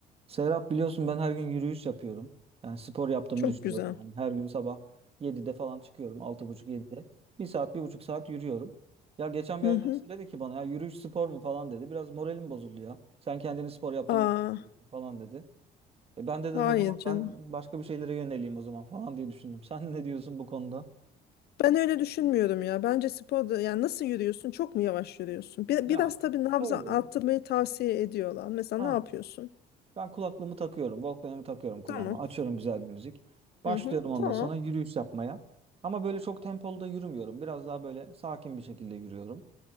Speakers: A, on the right (about 35°); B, on the left (about 70°).
A: Serap biliyorsun ben her gün yürüyüş yapıyorum. Yani spor yaptığımı
B: Çok
A: düşünüyorum.
B: güzel.
A: Yani her gün sabah 7'de falan çıkıyorum. 6.30-7'de. Bir saat, bir buçuk saat yürüyorum. Ya geçen bir
B: Hı
A: arkadaşım
B: hı.
A: dedi ki bana ya yürüyüş spor mu falan dedi. Biraz moralim bozuldu ya. Sen kendini spor yaptığını
B: Aa,
A: mı zannediyorsun?" falan dedi. E ben de dedim
B: hayır
A: o zaman
B: canım.
A: ben başka bir şeylere yöneleyim o zaman falan diye düşündüm. Sen ne diyorsun bu konuda?
B: Ben öyle düşünmüyorum ya. Bence sporda yani nasıl yürüyorsun? Çok mu yavaş yürüyorsun? Bir-
A: Ya
B: biraz tabii nabza
A: öyle.
B: arttırmayı tavsiye ediyorlar. Mesela
A: Ha.
B: ne yapıyorsun?
A: Ben kulaklığımı takıyorum. walkman'ımı takıyorum kulağıma.
B: Tamam.
A: Açıyorum güzel bir müzik. Başlıyorum
B: Hı hı,
A: ondan
B: tamam.
A: sonra yürüyüş yapmaya. Ama böyle çok tempolu da yürümüyorum. Biraz daha böyle sakin bir şekilde yürüyorum.